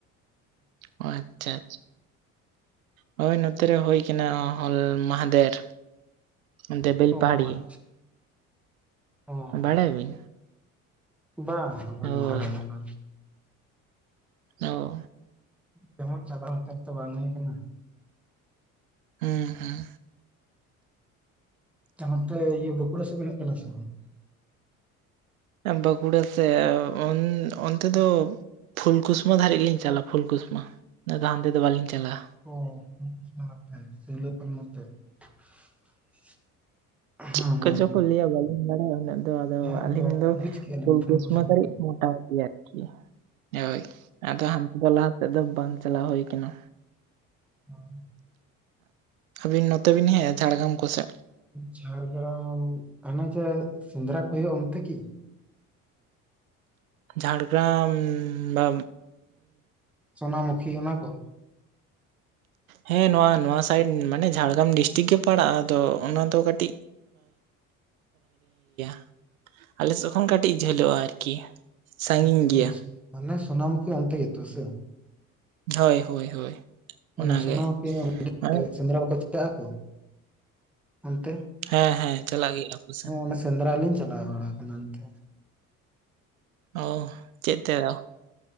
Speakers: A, on the right (about 75°); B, in the centre.
A: ᱚ ᱟᱪᱪᱷᱟ ᱟᱪᱪᱷᱟ, ᱦᱳᱭ ᱱᱚᱛᱮ ᱨᱮ ᱦᱳᱭ ᱠᱟᱱᱟ ᱦᱚᱞ ᱢᱟᱦᱟᱫᱷᱮᱨ, ᱚᱱᱛᱮ ᱵᱮᱞᱯᱟᱦᱟᱲᱤ᱾
B: ᱚ ᱟᱪᱪᱷᱟ ᱚ
A: ᱵᱟᱲᱟᱭ ᱟᱵᱤᱱ?
B: ᱵᱟᱝ ᱵᱟᱞᱤᱧ
A: ᱦᱳᱭ
B: ᱵᱟᱲᱟᱭᱟ ᱚᱱᱟᱫᱚ,
A: <unintelligible>
B: ᱡᱮᱢᱚᱱ ᱪᱟᱞᱟᱣ ᱚᱱᱛᱮ ᱛᱚ ᱵᱟᱝ ᱦᱩᱭ ᱠᱟᱱᱟ,
A: ᱦᱮᱸ ᱦᱮᱸ
B: ᱱᱚᱛᱮ ᱤᱭᱟᱹ ᱵᱟᱸᱠᱩᱲᱟ ᱥᱮᱫ ᱵᱤᱱ ᱠᱟᱱᱟ ᱥᱮ ᱵᱟᱝ?
A: ᱵᱟᱸᱠᱩᱲᱟ ᱥᱮ ᱚᱱ ᱚᱱᱛᱮ ᱫᱚ ᱯᱷᱩᱞᱠᱩᱥᱢᱟ ᱫᱷᱟᱨᱤᱡ ᱞᱤᱧ ᱪᱟᱞᱟᱣᱼᱟ, ᱯᱷᱩᱞᱠᱩᱥᱢᱟ ᱟᱫᱚ ᱦᱟᱱᱛᱮ ᱫᱚ ᱵᱟᱞᱤᱧ ᱪᱟᱞᱟᱣ
B: <unintelligible>
A: ᱪᱮᱫ
B: ᱦᱮᱸ
A: ᱠᱚ
B: ᱦᱮᱸ
A: ᱪᱚ ᱠᱚ ᱞᱟᱹᱭᱼᱟ ᱵᱟᱞᱤᱧ ᱵᱟᱲᱟᱭᱟ ᱩᱱᱟᱹᱜ ᱫᱚ, ᱟ ᱟᱫᱚ
B: ᱦᱮᱸ
A: ᱟᱹᱞᱤᱧ
B: ᱛᱚ
A: ᱫᱚ
B: ᱵᱩᱡᱽ ᱠᱮᱜᱼᱟ ᱞᱤᱧ
A: ᱯᱷᱩᱞᱠᱩᱥᱩᱢᱟ
B: ᱯᱷᱩᱞᱠᱩᱥᱢᱟ
A: ᱫᱷᱟᱨᱤᱡ
B: ᱠᱚᱫᱚ
A: ᱢᱚᱴᱟᱢᱩᱴᱤ ᱟᱨᱠᱤ ᱦᱳᱭ, ᱟᱫᱚ ᱦᱟᱱᱛᱮ ᱫᱚ ᱞᱟᱦᱟ ᱥᱮᱫ ᱫᱚ ᱵᱟᱝ ᱪᱟᱞᱟᱣ ᱦᱩᱭ ᱟᱠᱟᱱᱟ᱾
B: <unintelligible>
A: ᱟᱹᱵᱤᱱ ᱱᱚᱛᱮ ᱵᱤᱱ ᱦᱮᱡᱼᱟ ᱡᱷᱟᱲᱜᱮᱨᱟᱢ ᱠᱚᱥᱮᱫ?
B: ᱡᱷᱟᱲᱜᱮᱨᱟᱢ ᱦᱟᱱᱮ ᱡᱮ ᱥᱮᱸᱫᱽᱨᱟ ᱠᱚ ᱦᱩᱭᱩᱜᱼᱟ ᱚᱱᱛᱮ ᱠᱤ?
A: ᱡᱷᱟᱲᱜᱮᱨᱟᱢ ᱵᱟ
B: ᱥᱚᱱᱟᱢᱩᱠᱷᱤ ᱚᱱᱟ ᱠᱚ,
A: ᱦᱮᱸ ᱱᱚᱣᱟ ᱱᱚᱣᱟ ᱥᱟᱭᱤᱰ ᱢᱟᱱᱮ ᱡᱷᱟᱲᱜᱮᱨᱟᱢ ᱰᱤᱥᱴᱤᱠ ᱜᱮ ᱯᱟᱲᱟᱜᱼᱟ, ᱟᱫᱚ ᱚᱱᱟ ᱫᱚ ᱠᱟᱹᱴᱤᱡ <unintelligible> ᱟᱞᱮ ᱥᱮᱫ ᱠᱷᱚᱱ ᱠᱟᱹᱴᱤᱡ ᱡᱷᱟᱹᱞᱚᱜᱼᱟ ᱟᱨᱠᱤ ᱥᱟᱺᱜᱤᱧ
B: ᱚ ᱟᱪᱪᱷᱟ
A: ᱜᱮᱭᱟ
B: ᱢᱟᱱᱮ ᱥᱚᱱᱟᱢᱩᱠᱷᱤ ᱦᱟᱱᱛᱮ ᱜᱮᱛᱚ ᱥᱮ
A: ᱦᱳᱭ ᱦᱳᱭ ᱦᱳᱭ ᱚᱱᱟᱜᱮ,
B: ᱢᱟᱱᱮ ᱥᱳᱱᱟᱢᱩᱠᱷᱤ ᱚᱸᱰᱮ
A: ᱢᱟᱱᱮ
B: ᱥᱮᱸᱫᱽᱨᱟ ᱵᱟᱠᱚ ᱪᱮᱠᱟᱜ ᱟᱠᱚ ᱚᱱᱛᱮ
A: ᱦᱮᱸ ᱦᱮᱸ ᱪᱟᱞᱟᱜ ᱜᱮᱭᱟ ᱟᱠᱚ ᱥᱮᱱ
B: ᱚᱱᱟ ᱥᱮᱸᱫᱽᱨᱟ ᱞᱤᱧ ᱪᱟᱞᱟᱣ ᱵᱟᱲᱟ ᱟᱠᱟᱱᱟ ᱮᱱᱛᱮ
A: ᱚ ᱪᱮᱛᱮᱭᱚ